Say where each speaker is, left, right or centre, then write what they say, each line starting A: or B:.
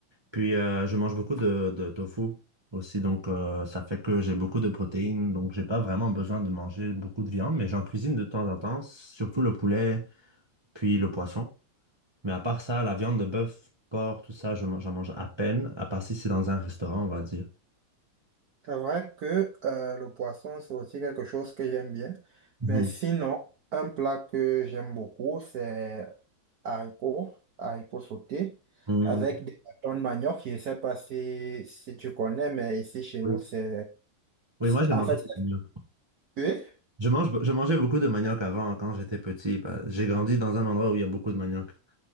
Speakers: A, on the right; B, on the right.
A: Puis euh, je mange beaucoup de, de tofu aussi, donc euh, ça fait que j'ai beaucoup de protéines, donc j'ai pas vraiment besoin de manger beaucoup de viande, mais j'en cuisine de temps en temps, surtout le poulet, puis le poisson. Mais à part ça, la viande de bœuf, porc, tout ça, je, man- j'en mange à peine, à part si c'est dans un restaurant, on va dire.
B: C'est vrai que euh, le poisson, c'est aussi quelque chose que j'aime bien.
A: Mhm.
B: Mais sinon, un plat que j'aime beaucoup, c'est haricots, haricots sautés,
A: Mhm.
B: avec des bâtons de manioc. Je ne sais pas si, si tu connais, mais ici chez nous,
A: Oui.
B: c'est...
A: Oui,
B: c'est-
A: moi, je
B: En
A: mange
B: fait,
A: du
B: c'est
A: manioc.
B: cuit.
A: Je mange, je mangeais beaucoup de manioc avant, quand j'étais petit. bah, J'ai grandi dans un endroit où il y a beaucoup de manioc.